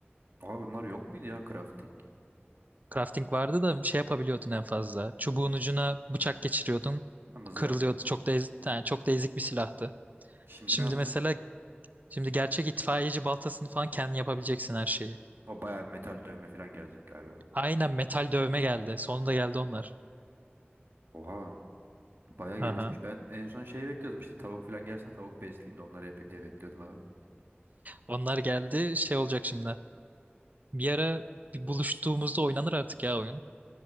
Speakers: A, on the right (about 65°); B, on the right (about 40°).
A: Aa bunlar yok muydu ya crafting?
B: Crafting vardı da şey yapabiliyordun en fazla. Çubuğun ucuna bıçak geçiriyordun.
A: Ha mızrak.
B: Kırılıyordu. Çok da ez- yani çok da ezik bir silahtı.
A: Şimdi
B: Şimdi
A: ne yapacağız?
B: mesela şimdi gerçek itfaiyeci baltasını falan kendin yapabileceksin her şeyi.
A: O bayağı metal dövme falan gelecek galiba.
B: Aynen metal dövme geldi. Sonunda geldi onlar.
A: Oha lan. Bayağı
B: Aha.
A: gelişmiş. Ben en son şey bekliyordum işte tavuk falan gelsin de tavuk besleyeyim de onları yapayım diye bekliyordum abi.
B: Onlar geldi. Şey olacak şimdi. Bir ara bir buluştuğumuzda oynanır artık ya oyun.